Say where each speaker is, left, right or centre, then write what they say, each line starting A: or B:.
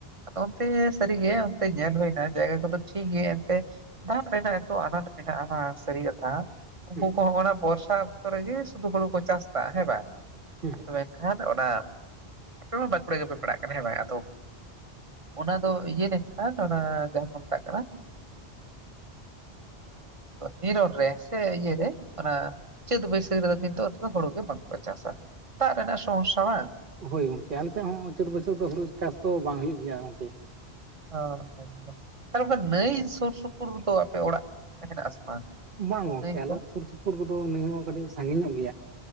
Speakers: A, on the right (about 30°); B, on the right (about 55°).
A: ᱟᱫᱚ ᱚᱱᱛᱮ ᱥᱟᱹᱨᱤᱜᱮ ᱚᱱᱛᱮ ᱧᱮᱞ ᱦᱩᱭᱱᱟ ᱡᱟᱭᱜᱟ ᱠᱚᱫᱚ ᱴᱷᱤᱠ ᱜᱮᱭᱟ ᱮᱱᱛᱮ ᱫᱟᱜ ᱨᱮᱱᱟᱜ ᱮᱛᱚ ᱟᱱᱟᱴ ᱢᱮᱱᱟᱜᱼᱟ ᱦᱟᱸᱜ ᱥᱟᱹᱨᱤ ᱠᱟᱛᱷᱟ ᱩᱱᱠᱩ
B: ᱦᱩᱸ
A: ᱠᱚ ᱦᱚᱲ ᱚᱱᱟ ᱵᱚᱨᱥᱟ ᱚᱠᱛᱚ ᱨᱮᱜᱮ ᱥᱩᱫᱷᱩ ᱦᱩᱲᱩ ᱠᱚ ᱪᱟᱥ ᱫᱟ ᱦᱮᱸ ᱵᱟᱝ
B: ᱦᱩᱸ
A: ᱟᱨ ᱛᱚᱵᱮ ᱠᱷᱟᱱ ᱚᱱᱟ ᱟᱯᱮ ᱢᱟ ᱵᱟᱸᱠᱩᱲᱟ ᱜᱮᱯᱮ ᱯᱟᱲᱦᱟᱜ ᱠᱟᱱᱟ ᱟᱫᱚ ᱚᱱᱟ ᱫᱚ ᱤᱭᱟᱹ ᱱᱮᱠᱷᱟᱱ ᱚᱱᱟ ᱡᱟᱦᱟᱸ ᱠᱚ ᱢᱮᱛᱟᱜ ᱠᱟᱱᱟ ᱱᱤᱨᱚᱲ ᱨᱮ ᱥᱮ ᱤᱭᱟᱹ ᱨᱮ ᱚᱱᱟ ᱪᱟᱹᱛ ᱵᱟᱹᱭᱥᱟᱹᱠᱷ ᱨᱮᱫᱚ ᱠᱤᱱᱛᱩ ᱫᱚ ᱦᱩᱲᱩ ᱜᱮ ᱵᱟᱝᱠᱚ ᱪᱟᱥᱟ ᱫᱟᱜ ᱨᱮᱱᱟᱜ ᱥᱚᱢᱚᱥᱥᱟ ᱵᱟᱝ
B: ᱦᱳᱭ ᱜᱚᱝᱠᱮ ᱟᱞᱮᱥᱮᱫ ᱦᱚᱸ ᱪᱟᱹᱛ ᱵᱟᱹᱭᱥᱟᱹᱠᱷ ᱫᱚ ᱦᱩᱲᱩ ᱪᱟᱥ ᱫᱚ ᱵᱟᱝ ᱦᱩᱭᱩᱜ ᱜᱮᱭᱟ ᱜᱚᱝᱠᱮ
A: ᱚ ᱮᱠᱫᱚᱢ ᱛᱟᱦᱞᱮ ᱚᱱᱟ ᱱᱟᱹᱭ ᱥᱩᱨ ᱥᱩᱯᱩᱨ ᱫᱚ ᱟᱯᱮ ᱚᱲᱟᱜ ᱦᱮᱱᱟᱜ ᱟᱥᱮ ᱵᱟᱝ
B: ᱵᱟᱝ ᱜᱚᱝᱠᱮ
A: ᱱᱟᱹᱭ
B: ᱟᱞᱮ
A: ᱠᱚ
B: ᱥᱩᱨ ᱥᱩᱯᱩᱨ ᱠᱚᱫᱚ ᱱᱟᱹᱭ ᱦᱚᱸ ᱠᱟᱹᱴᱤᱡ ᱥᱟᱺᱜᱤᱧ ᱧᱚᱜ ᱜᱮᱭᱟ